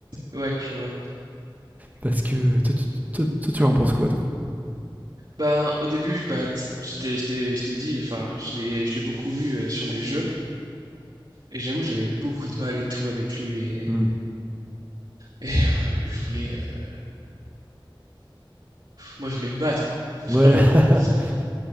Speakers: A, on the right; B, on the right.
A: ouais, je vois.
B: Parce que. Toi, tu- toi- toi, tu en penses quoi, toi
A: Ben, au début, bah, t- je t'ai, je t'ai, je t'ai dit, enfin, je l'ai, je l'ai beaucoup vu euh, sur les jeux, et j'avoue, j'avais beaucoup de mal et tout avec lui, et,
B: Hmm.
A: et, euh, je voulais. euh, moi, je voulais me battre, hein.
B: Ouais,
A: Vraiment,
B: <laughs>
A: euh, ça-